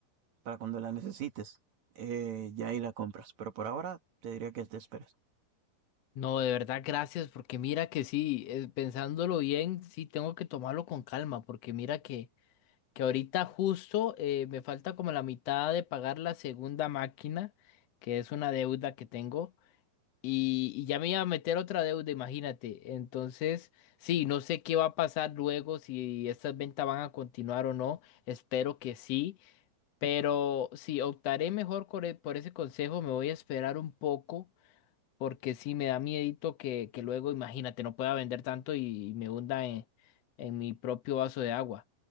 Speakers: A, on the right (about 50°); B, on the left (about 75°).
A: para cuando la necesites, eh, ya ahí la compras. Pero por ahora te diría que te esperes.
B: No, de verdad, gracias, porque mira que sí, eh, pensándolo bien, sí tengo que tomarlo con calma, porque mira que, que ahorita justo eh, me falta como la mitad de pagar la segunda máquina, que es una deuda que tengo, y, y ya me iba a meter otra deuda, imagínate. Entonces, sí, no sé qué va a pasar luego, si estas ventas van a continuar o no, espero que sí, pero sí, optaré mejor por, e- por ese consejo, me voy a esperar un poco porque sí me da miedito que, que luego, imagínate, no pueda vender tanto y, me hunda en, en mi propio vaso de agua.